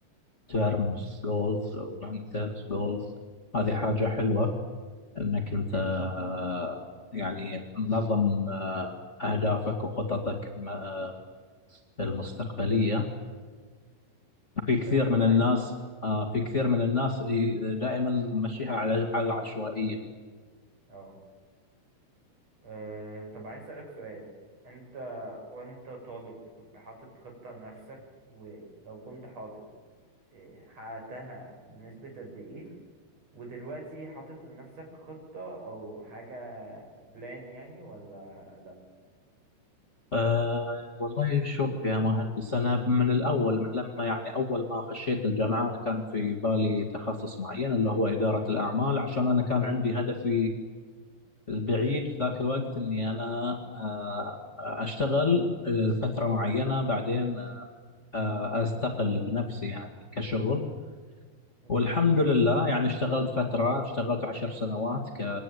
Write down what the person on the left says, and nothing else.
تيرمز جولز ولونج تيرمز جولز هذه حاجة حلوة انك انت
آه، يعني منظم آه، اهدافك وخططك ما- المستقبلية في كثير
من الناس
آه، في كثير من الناس ي- دائما ممشيها على على العشوائية
آه، والله شوف يا مهندس أنا من الأول من لما يعني أول ما خشيت الجامعة أنا كان في بالي تخصص معين اللي هو إدارة الأعمال عشان أنا كان عندي هدفي البعيد في ذاك الوقت اني انا آه، اشتغل آه، فتره معينه بعدين آه، استقل بنفسي يعني كشغل
والحمد لله يعني اشتغلت فتره اشتغلت عشر سنوات ك